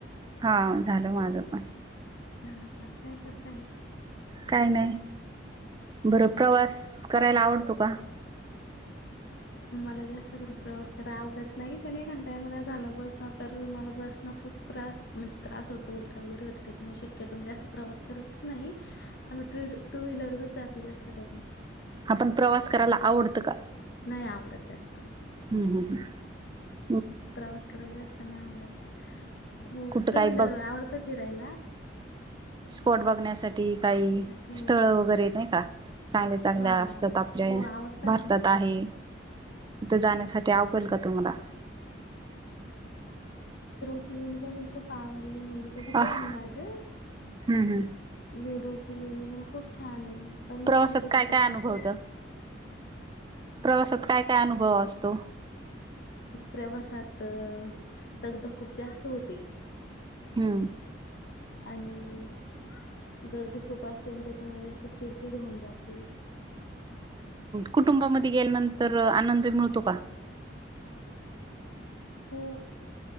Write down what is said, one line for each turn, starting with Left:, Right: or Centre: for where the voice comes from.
Right: हा झालं माझं पण
Left: हा का काय करताय
Right: काय नाही बरं प्रवास करायला आवडतो का
Left: मला जास्त कर प्रवास करा आवडत नाही पणता मला झालं बसन तर मला बसण खप त्रास म्हणजे त्रास होत उलट्या वगैरे हो त्याच्यामुळे शक्यता जास्त प्रवास करतच नाही टू व्हीलर वच जातो जास्त करून
Right: आपण प्रवास करायला आवडतं का
Left: नाही आवडत जास्त.
Right: हम् ह्
Left: प्रवास करायला जास्त नाही आवडत. हो
Right: कुठं काही
Left: टू व्हीलर आवडतं फिरायला.
Right: स्पोट बघण्यासाठी काही
Left: हो
Right: स्थळ वगैरे येत नाही का चांगले चांगल्या
Left: वा
Right: असतात आपल्या
Left: हो आवडतं
Right: भारतात
Left: ना.
Right: आहे तिथे जाण्यासाठी त्यावल का तुम्हाला?
Left: ची लेनी बघायला खूप आवडली म्हणजे बघितली
Right: आह
Left: आम्ही मागे,
Right: हम्म हम्म
Left: विरोळ ची लेणी पण खूप छान आहे. बघण्यासारखे
Right: प्रवासात काय
Left: तिथं
Right: काय
Left: पण
Right: अनुभवत?
Left: खूप
Right: प्रवासात काय काय अनुभव असतो?
Left: प्रवासात दगधग खूप जास्त होते.
Right: हम्म.
Left: आणि गर्दी खूप असते आणि त्याच्यामुळे जास्त चिडचिड होऊन जाते.
Right: कुटुंबामध्ये गेल्यानंतर आनंद मिळतो का?
Left: हो.